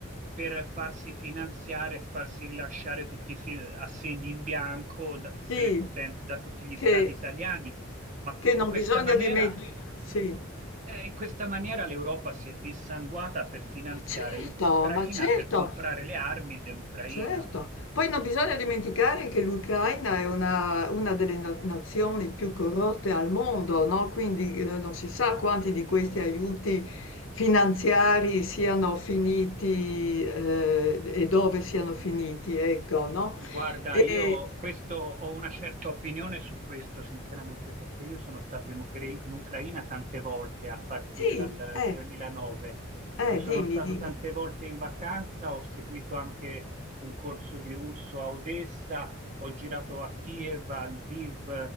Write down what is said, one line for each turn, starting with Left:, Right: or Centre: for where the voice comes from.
Right: per farsi finanziare e farsi rilasciare tutti i fi- assegni in bianco da tutte
Left: Sì,
Right: le potenze, da tutti gli
Left: che
Right: stati italiani. Ma co-
Left: che non
Right: in questa
Left: bisogna
Right: maniera
Left: dimen sì.
Right: eh, in questa maniera l'Europa si è dissanguata per finanziare
Left: Ma certo,
Right: l'Ucraina,
Left: ma certo,
Right: per comprare le armi dell'Ucraina.
Left: Certo. Poi non bisogna dimenticare che l'Ucraina è una una delle na nazioni più corrotte al mondo, no, quindi, ehm, non si sa quanti di questi
Right: Io,
Left: aiuti finanziari siano finiti, ehm, e dove siano finiti, ecco, no.
Right: guarda,
Left: E
Right: io questo, ho una certa opinione su questo, sinceramente, perché io sono stato in, Ucra- in Ucraina tante volte a partire
Left: sì,
Right: dal
Left: eh,
Right: 2009.
Left: eh,
Right: Ci sono
Left: dimmi,
Right: stato
Left: dimmi.
Right: tante volte in vacanza, ho seguito anche un corso di russo a Odessa, ho girato a Kiev, a Lviv,